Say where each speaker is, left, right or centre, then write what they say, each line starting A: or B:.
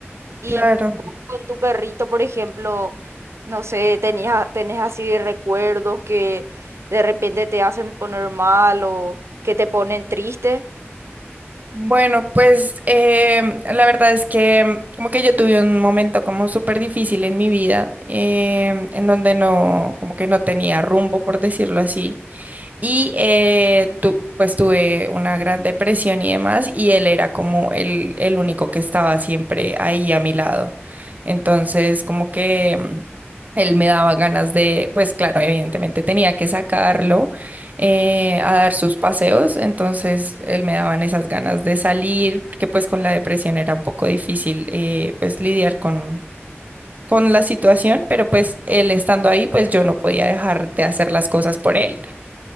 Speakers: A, on the right; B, on the right.
A: Y
B: Claro.
A: vos con tu perrito, por ejemplo, no sé, tenías, tenés así de recuerdos que de repente te hacen poner mal o que te ponen triste.
B: Bueno, pues em, la verdad es que em, como que yo tuve un momento como súper difícil en mi vida, em, en donde no, como que no tenía rumbo, por decirlo así. Y eh, tu- pues tuve una gran depresión y demás, y él era como el, el único que estaba siempre ahí a mi lado. Entonces, como que mm, él me daba ganas de, pues claro, evidentemente tenía que sacarlo eh, a dar sus paseos, entonces él me daban esas ganas de salir, porque pues con la depresión era un poco difícil eh, pues lidiar con... con la situación, pero pues él estando ahí, pues yo no podía dejar de hacer las cosas por él.